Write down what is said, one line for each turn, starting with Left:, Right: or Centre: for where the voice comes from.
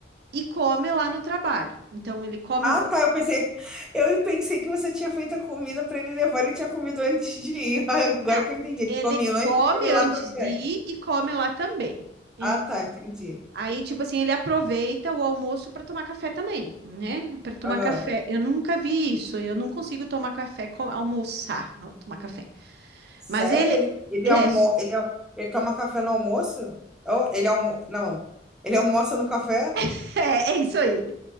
Right: e come lá no trabalho. Então ele come
Centre: Ah,
Right: um pouquinho.
Centre: tá, eu pensei, eu pensei que você tinha feito a comida para ele levar, ele tinha comido antes de ir. <laughs> Agora
Right: Não,
Centre: que eu entendi. Ele
Right: ele
Centre: Come antes
Right: come
Centre: e come
Right: antes
Centre: lá também.
Right: de ir e come lá também. E
Centre: Ah, tá, entendi.
Right: aí, tipo assim, ele aproveita o almoço para tomar café também, né? Para tomar
Centre: Aham.
Right: café. Eu nunca vi isso. Eu não consigo tomar café, com- almoçar, tomar café.
Centre: Sério?
Right: Mas ele.
Centre: Ele ele
Right: É,
Centre: almo, ele al- ele toma café no almoço? Oh, ele almo, não. Ele almoça no café?
Right: <laughs> é, é isso aí.